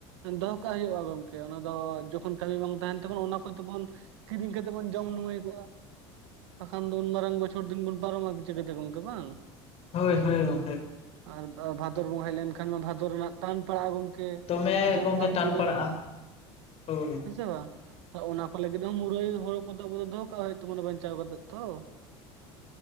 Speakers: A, on the right; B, on the left.
A: ᱫᱚᱦᱚ ᱠᱟᱜ ᱦᱩᱭᱩᱜᱼᱟ ᱜᱚᱢᱠᱮ ᱚᱱᱟ ᱫᱚ ᱡᱚᱠᱷᱚᱱ ᱠᱟᱹᱢᱤ ᱵᱟᱝ ᱛᱟᱦᱮᱱ ᱛᱟᱵᱚᱱ ᱚᱱᱟ ᱠᱚᱛᱮᱵᱚᱱ ᱠᱤᱨᱤᱧ ᱠᱟᱛᱮᱜ ᱵᱚᱱ ᱡᱚᱢ ᱱᱩᱣᱟᱹᱭ ᱠᱚᱜᱼᱟ ᱵᱟᱠᱷᱟᱱ ᱫᱚ ᱩᱱ ᱢᱟᱨᱟᱝ ᱵᱚᱪᱷᱚᱨ ᱫᱤᱱ ᱵᱚᱱ ᱯᱟᱨᱚᱢᱟ ᱪᱤᱠᱟᱹᱛᱮ ᱜᱚᱝᱠᱮ ᱵᱟᱝ
B: ᱦᱳᱭ ᱦᱳᱭ ᱜᱚᱝᱠᱮ
A: ᱟᱨ ᱵᱷᱟᱫᱚᱨ ᱵᱚᱸᱜᱟ ᱦᱮᱡ ᱞᱮᱱᱠᱷᱟᱱ ᱢᱟ ᱵᱷᱟᱫᱚᱨ ᱨᱮᱱᱟᱜ ᱴᱟᱱ ᱯᱟᱲᱟᱜᱼᱟ ᱜᱚᱝ
B: ᱫᱚᱢᱮ
A: ᱡᱚᱢ
B: ᱜᱚᱝᱠᱮ
A: ᱵᱟᱝ
B: ᱴᱟᱱ
A: ᱠᱩᱲᱟᱹᱜ
B: ᱯᱟᱲᱟᱜᱼᱟ
A: ᱟ
B: ᱦᱳᱭ
A: ᱦᱮ ᱥᱮ ᱵᱟᱝ? ᱚᱱᱟ ᱠᱚ ᱞᱟᱹᱜᱤᱫ ᱦᱚᱸ ᱢᱩᱨᱟᱹᱭ ᱦᱳᱲᱳ ᱠᱚᱫᱚ ᱟᱵᱚ ᱫᱚᱦᱚ ᱠᱟᱜ ᱦᱩᱭᱩᱜ ᱛᱟᱵᱚᱱᱟ ᱵᱟᱧᱪᱟᱣ ᱠᱟᱛᱮᱜ ᱛᱚ᱾